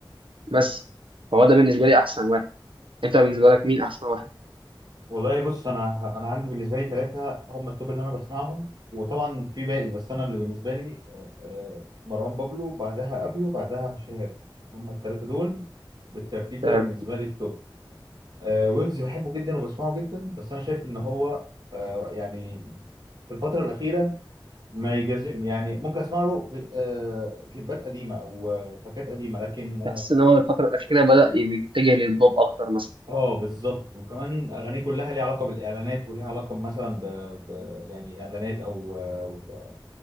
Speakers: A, on the right; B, on the right.
A: بس فهو ده بالنسبه لي احسن واحد انت بالنسبه لك مين احسن واحد
B: والله بص انا انا عندي بالنسبه لي ثلاثه هم التوب اللي انا بسمعهم وطبعا في باقي بس انا اللي بالنسبه لي آه، آه، مروان بابلو بعدها ابيو وبعدها شهاب هم الثلاثه دول بالترتيب كده
A: آه،
B: بالنسبه لي التوب آه، ويجز بحبه جدا وبسمعه جدا بس انا شايف ان هو آه، يعني في الفتره الاخيره ما يجازم يعني ممكن اسمع له آه، كليبات قديمه او آه، تراكات قديمه لكن
A: بحس ان هو الفتره الاخيره بدا يتجه للبوب اكتر مثلا
B: اه بالظبط وكمان اغانيه كلها ليها علاقه بالاعلانات وليها علاقه مثلا ب... ب... يعني اعلانات او أو